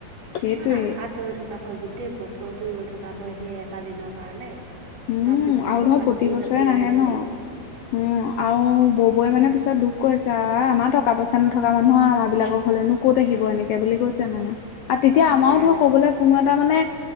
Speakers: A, on the left; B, on the right.
A: সেইটোৱে
B: কিমান আশাত ৰৈ থকা হয় গোট- টেই বছৰটো ৰৈ থকা হয়, সেই এটা দিনৰ কাৰণে
A: উম
B: তাৰপিছতো
A: আৰু ধৰ
B: বাচি-বাচি
A: প্ৰতি বছৰে নাহে
B: আজিকালি।
A: ন উম, আউ ববৌয়ে মানে পিছত দুখ কৰিছে আ আমাৰ টকা-পইচা নথকা মানুহ আমাৰ বিলাক ঘলেনো ক'ত আহিব এনেকে বুলি কৈছে মানে। আ তেতিয়া আমাও
B: বেয়া
A: ধৰ
B: লাগে
A: কবলে কোনো এটা মানে